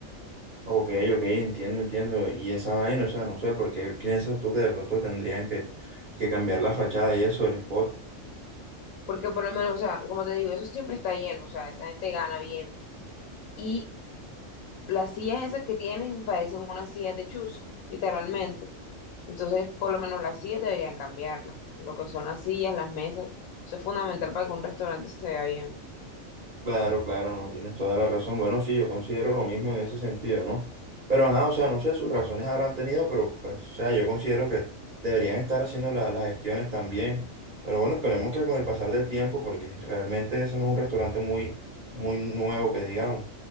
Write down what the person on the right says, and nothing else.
Ok, ok, entiendo, entiendo. Y esa vaina, o sea, no sé, porque piensas tú que de pronto tendrían que, que cambiar la fachada y eso, el spot.
Claro, claro, no, tienes toda la razón. Bueno, sí, yo considero lo mismo en ese sentido, ¿no? Pero, ajá, o sea, no sé, sus razones habrán tenido, pero, pues, o sea, yo considero que deberían estar haciendo la- las gestiones también. Pero bueno, esperemos que con el pasar del tiempo, porque realmente ese no es un restaurante muy, muy nuevo, que digamos.